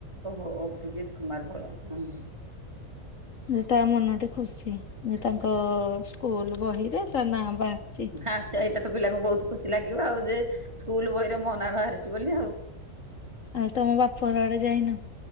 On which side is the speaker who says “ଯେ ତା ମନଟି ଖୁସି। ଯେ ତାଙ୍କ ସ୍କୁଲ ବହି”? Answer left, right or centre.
Left